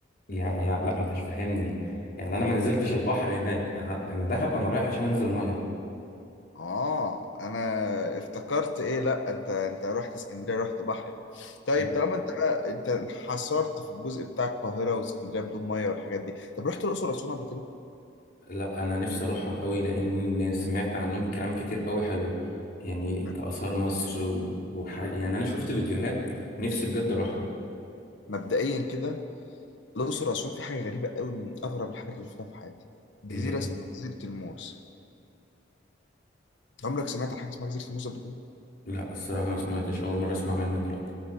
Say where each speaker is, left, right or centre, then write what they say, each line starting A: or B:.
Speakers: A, on the left; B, on the left.
A: يعني يعني لا ما انتش فاهمني يعني انا ما نزلتش البحر هناك انا دهب انا رايح عشان انزل ميه
B: اه انا افتكرت ايه لا انت انت رحت اسكندريه رحت بحر يعني طيب
A: لا
B: طالما انت بقى انت انحصرت في الجزء بتاع القاهره واسكندريه بدون ميه والحاجات دي طب رحت الاقصر واسوان قبل كده
A: لا انا نفسي اروحهم قوي لان سمعت عنهم كلام كتير قوي حلو يعني
B: لا.
A: كآثار مصر و- وحاجة يعني انا شفت فيديوهات نفسي بجد اروحها
B: مبدئيا كده الاقصر واسوان في حاجه غريبه قوي من اغرب الحاجات اللي شفتها في حياتي جزيره
A: اللي هي
B: اسمها جزيره الموز عمرك سمعت عن حاجه اسمها جزيره الموز قبل كده
A: لا الصراحة ما سمعتش اول مرة اسمع منك دلوقتي